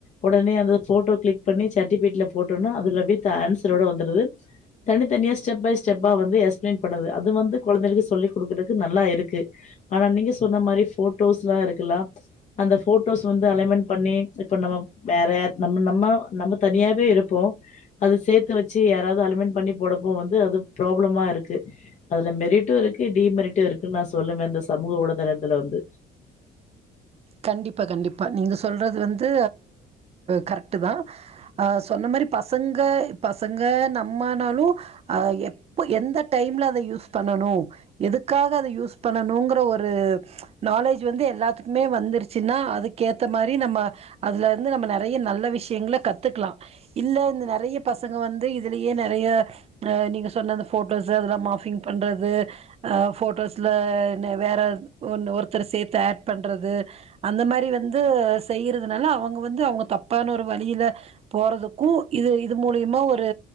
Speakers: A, on the left; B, on the right.
A: உடனே அந்த போட்டோ கிளிக் பண்ணி சாட் ஜி பீடியில போட்டோனா அதுல வித் ஆன்சரோட வந்துருது தனித்தனியா ஸ்டெப் பை ஸ்டெப்பா வந்து எக்ஸ்பளைன் பண்ணது அது வந்து கொழந்தைகளுக்கு சொல்லி கொடுக்குறக்கு நல்லா இருக்கு ஆனா நீங்க சொன்ன மாரி போட்டோஸ் எல்லாம் இருக்கலாம் அந்த போட்டோஸ் வந்து அலைமென்ட் பண்ணி இப்ப நம்ம வேற நம்ம நம்ம நம்ம தனியாவே இருப் ப்போ அது சேத்து வச்சு யாராவது அலிமெண்ட் பண்ணி போடப்போ வந்து அது ப்ராப்ளமா இருக்கு அதுல மெரிட்டு இருக்கு டிமெரிட்டு இருக்குன்னு நான் சொல்லுவே இந்த சமூக ஊடகத்துல வந்து
B: கண்டிப்பாக கண்டிப்பாக நீங்கள் சொல்றது வந்து கரெக்ட்டு தா அ சொன்ன மாரி பசங்க பசங்க நம்மனாலு அ எப்ப எந்த டைம்ல அத யூஸ் பண்ணனு எதுக்காக அத யூஸ் பண்ணணுங்கற ஒரு நாலேஜ் வந்து எல்லாத்துக்குமே வந்து வந்துருச்சின்னா அதுக்கு ஏத்த மாரி நம்ம அதுல இருந்து நம்ம நெறைய நல்ல விஷயங்கல கத்துக்கலா இல்ல இந்த நெறைய பசங்க வந்து இதுலயே நெறைய அ நீங்க சொன்ன அந்த ஃபோட்டோஸ் அதெல்லா மாஃபிங் பண்றது அ ஃபோட்டோஸ்ல வேற ஒன்னு ஒருத்தர சேத்து ஆட் பண்றது அந்த மாரி வந்து செய்யறதுனால அவுங்க வந்து அவேங்க தப்பான ஒரு வழியில போறதுக்கு இது இது மூலியமா ஒரு